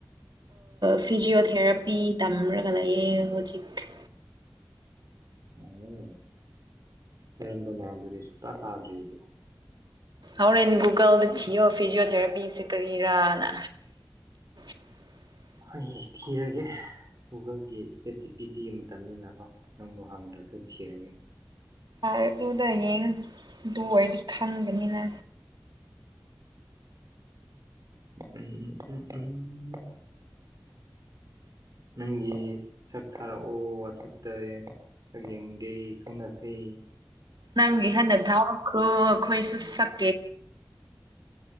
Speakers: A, on the right; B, on the right.
A: ꯐꯤꯖꯤꯌꯑꯣꯊꯦꯔꯥꯄꯤ ꯇꯝꯔꯒ ꯂꯩꯌꯦꯦ ꯍꯧꯖꯤꯛ
B: ꯎꯝ ꯀꯔꯝꯕꯅꯣ ꯑꯗꯨꯗꯤ ꯁꯨꯛꯇꯥ ꯇꯥꯗ꯭ꯔꯤꯗꯤ
A: ꯍꯣꯔꯦꯟꯦꯟ ꯒꯨꯒꯜꯗ ꯊꯤꯌꯣ ꯐꯤꯖꯤꯑꯣꯊꯦꯔꯥꯄꯤꯁꯦ ꯀꯔꯤꯔꯥꯅ <inaudible>
B: ꯍꯩ ꯊꯤꯔꯒꯦ ꯒꯨꯒꯜꯒꯤ ꯆꯦꯠ ꯆꯤ ꯄꯤ ꯇꯤꯒꯤ ꯃꯇꯝꯅꯤꯅ ꯀꯣ ꯅꯪꯕꯨ ꯍꯪꯗ꯭ꯔꯁꯨ ꯊꯤꯔꯒꯦ
A: ꯑꯗꯨꯗ ꯌꯦꯡꯉ ꯑꯗꯨ ꯑꯣꯏꯔꯗꯤ ꯈꯪꯕꯅꯤꯅ
B: ꯎꯝ ꯎꯝ ꯎꯝ ꯅꯪꯒꯤ ꯁꯛ ꯊꯔꯛꯑꯣ ꯋꯥꯠꯆꯞꯇꯦ ꯆꯌꯦꯡꯒꯤꯦ ꯈꯪꯅꯁꯤ
A: ꯅꯪꯒꯤ ꯍꯟꯅ ꯊꯥꯔꯛꯈ꯭ꯔꯣ ꯑꯩꯈꯣꯏꯁꯨ ꯁꯛꯀꯦ